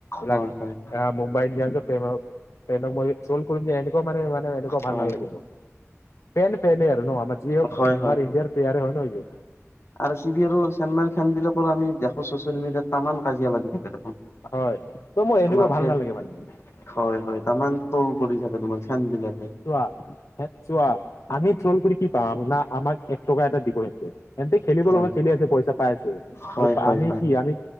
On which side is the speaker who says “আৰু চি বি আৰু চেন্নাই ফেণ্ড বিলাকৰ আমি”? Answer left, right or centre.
Left